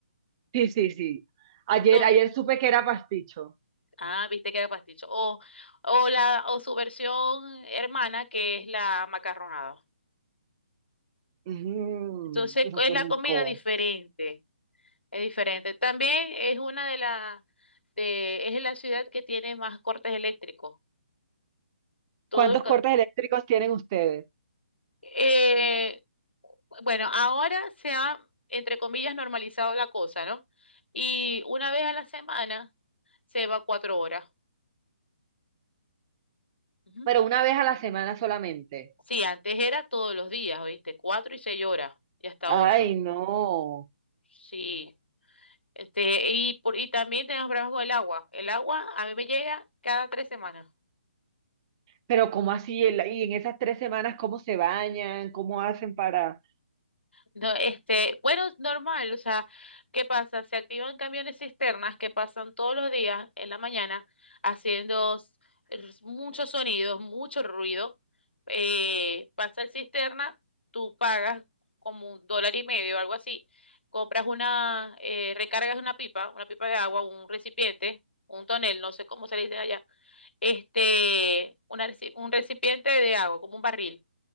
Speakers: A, on the right; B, on the left.
A: Sí, sí, sí. Ayer,
B: Todo.
A: ayer supe que era pasticho.
B: Ah, viste que era pasticho. O, o la, o su versión hermana, que es la macarronada.
A: Ujú,
B: Entonces,
A: Pero
B: es
A: qué
B: la
A: rico.
B: comida diferente. Es diferente. También es una de las de es la ciudad que tiene más cortes eléctricos. Todo
A: ¿Cuántos
B: ca-
A: cortes eléctricos tienen ustedes?
B: eh, bueno, ahora se ha entre comillas normalizado la cosa, ¿no? Y una vez a la semana se va cuatro horas. Ujú.
A: Pero una vez a la semana solamente.
B: Sí, antes era todos los días, ¿oíste? Cuatro y seis horas y hasta ocho.
A: Ay, no.
B: Sí. Este, y por, y también tenemos problemas con el agua. El agua a mí me llega cada tres semanas.
A: Pero ¿cómo así? El- Y en esas tres semanas, ¿cómo se bañan? ¿Cómo hacen para...?
B: No, este, bueno, es normal, o sea, ¿qué pasa? Se activan camiones cisternas que pasan todos los días en la mañana haciendo s- r- muchos sonidos, mucho ruido. Eh, pasa el cisterna, tú pagas como un dólar y medio o algo así, compras una, eh, recargas una pipa, una pipa de agua, un recipiente, un tonel, no sé cómo se le dice allá, este, una reci- un recipiente de agua, como un barril.